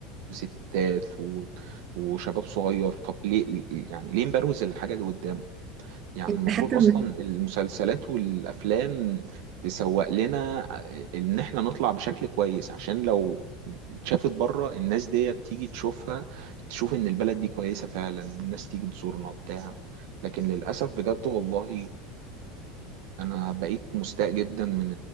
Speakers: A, on the right; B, on the right.
A: وستات و... وشباب صغير طب ليه يعني ليه مبروز الحاجة اللي قدامه يعني
B: انت
A: المفروض
B: حتى م-
A: اصلا المسلسلات والافلام تسوق لنا ان احنا نطلع بشكل كويس عشان لو اتشافت بره الناس دي تيجي تشوفها تشوف ان البلد دي كويسة فعلا الناس تيجي تزورنا بتاع لكن للاسف بجد والله انا بقيت مستاء جدا من